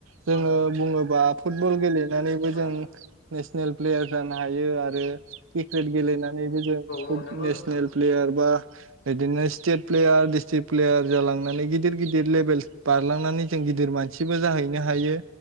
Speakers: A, on the right; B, on the left.
A: जोङो
B: औ
A: बुङोबा फुटबल गेले नानैबो
B: औ
A: जों नेसनेल प्लेयार जानो हायो आरो क्रिकेट गेलेनानैबो जों
B: औ नंगौ
A: नेसनेल
B: नोंथां
A: प्लेयार बा बिदिनो स्टेट प्लेयार दिस्ट्रिक प्लेयार जालांनानै गिदिर गिदिर लेबेल बारलांनानै जों गिदिर मानसिबो जाहैनो हायो